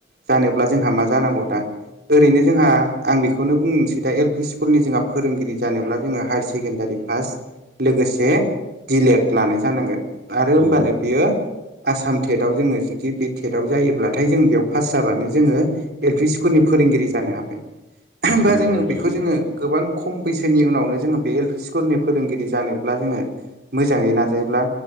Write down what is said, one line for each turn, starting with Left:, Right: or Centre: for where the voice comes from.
Right: जानोब्ला जोंहा मा जानो नांगौ दा ओरैनो जोंहा आं बेखौनो बुंसै दा एल पि स्कुलनि जोंहा फोरोंगिरि जानोब्ला जोङो हायार सेकेण्डारि लोगोसे दिलेट लानाय जानांगोन आरो
Centre: नोंगौ
Right: होमबानो
Centre: नोंथां
Right: बियो
Centre: नंगौ।
Right: आसाम टेट आव जोङो जुदि बे टेटआव जायोब्लाथाय जों बेयाव पास जाबानो जोङो एल प स्कुल फोरनि फोरोंगिरि जानो हाबाय होमबा
Centre: नंगौ
Right: जोङो
Centre: नोंथां
Right: बेखौ
Centre: नंगौ
Right: जोङो
Centre: नंगौ नोंथां नंगौ
Right: गोबां खम बैसो जनि उनावनो जोङो बे एल पि स्कुलनि फोरोंगिरि जानोब्ला जोङो मोजाङै नाजायोब्ला